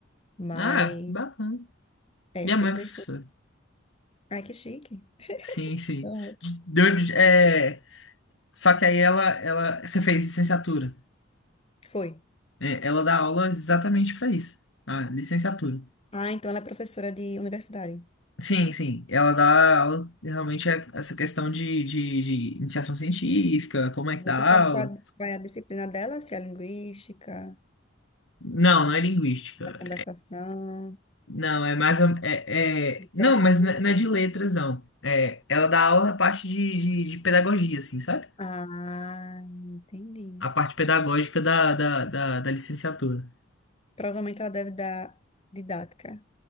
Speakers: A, on the left (about 30°); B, on the left (about 70°).
A: Mas,
B: Ah, que bacana.
A: é,
B: Minha
A: fiz
B: mãe é
A: dois
B: professora.
A: cursos. Ai, que chique.
B: Sim, sim.
A: Uhum.
B: Deu, é, só que aí ela, ela... Você fez licenciatura.
A: Foi.
B: É, ela dá aula exatamente para isso. Ah, licenciatura.
A: Ah, então ela é professora de universidade.
B: Sim, sim. Ela dá aula, realmente, é essa questão de, de, de iniciação científica, como é que
A: Você
B: dá
A: sabe
B: aula.
A: qual a- vai a disciplina dela? Se é linguística,
B: Não, não é linguística.
A: da conversação,
B: Não, é mais. a- É,
A: literatura.
B: é- Não, mas não é não é de letras, não. É, ela dá aula na parte de, de, de pedagogia, assim, sabe?
A: Ah, entendi.
B: A parte pedagógica da, da, da, da licenciatura.
A: Provavelmente ela deve dar didática.